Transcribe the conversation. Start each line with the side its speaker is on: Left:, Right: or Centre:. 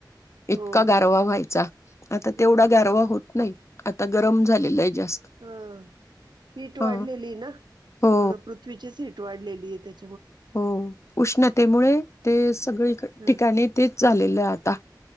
Left: इतका
Right: हो
Left: गारवा व्हायचा आता
Right: हो
Left: तेवढा
Right: ना
Left: गॅरवा होत नाही. आता गरम झालेलंय जास्त
Right: हं हीट वाढलेलीय
Left: ह
Right: ना
Left: हो
Right: पूर्ण पृथ्वीचीचं तीट वाढलेलीये त्यात
Left: हो उष्णतेमुळे ते सगळी क
Right: ह ह
Left: ठिकाणी ते चालेलंय आता